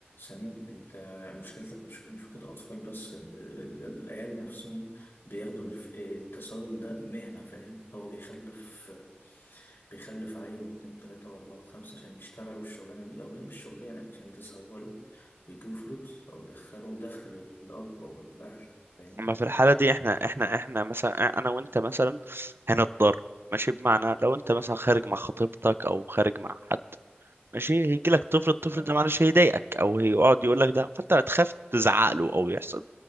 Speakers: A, on the left (about 75°); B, on the right (about 70°).
A: ثانيا أنت مشكلتك مش مش مشكلة أطفال بس ال- ال- الأهالي نفسهم بياخدوا الف- التسول ده مهنة فاهم هو بيخلف بيخلف عيل واتنين وتلاتة وأربعة وخمسة عشان يشتغلوا الشغلانة دي أو هي مش شغلانة يعني عشان يتسولوا ويجيبوا فلوس أو يدخلوا دخل للأب أو الأهل فاهمني؟
B: اما في الحاله دي احنا احنا احنا مثلا انا وانت مثلا هنضطر ماشي بمعنى لو انت مثلا خارج مع خطيبتك او خارج مع حد ماشي هيجي لك طفل الطفل
A: اه
B: ده معلش هيضايقك او هيقعد يقول لك ده فانت هتخاف تزعق له او يحصل